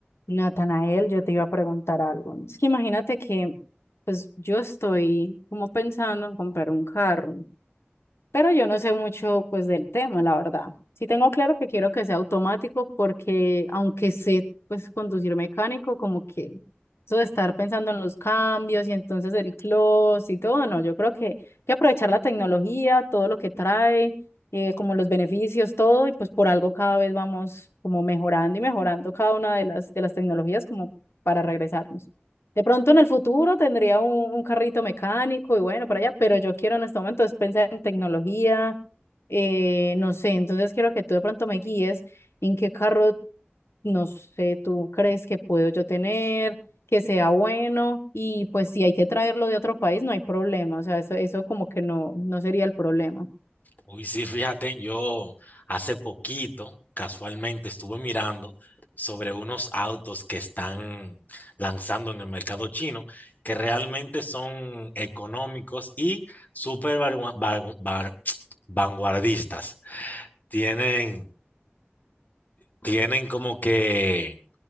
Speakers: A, on the left; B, on the left.
A: Natanael, yo te iba a preguntar algo. Es que imagínate que, pues yo estoy como pensando en comprar un carro pero yo no sé mucho pues del tema, la verdad. Sí tengo claro que quiero que sea automático porque aunque sé pues conducir mecánico, como que eso de estar pensando en los cambios y entonces el close y todo, no, yo creo que hay que aprovechar la tecnología, todo lo que trae, eh, como los beneficios, todo, y pues por algo cada vez vamos como mejorando y mejorando cada una de las, de las tecnologías como para regresarnos. De pronto en el futuro tendría un, un carrito mecánico y bueno, para allá, pero yo quiero en este momento es pensar en tecnología, eh, no sé, entonces quiero que tú de pronto me guíes en qué carro, no sé, tú crees que puedo yo tener, que sea bueno y pues si hay que traerlo de otro país, no hay problema, o sea, eso, eso como que no, no sería el problema.
B: Uy, sí, fíjate, yo hace poquito, casualmente, estuve mirando sobre unos autos que están lanzando en el mercado chino, que realmente son económicos y súper vangu- vangu- van- vanguardistas. Tienen, tienen como que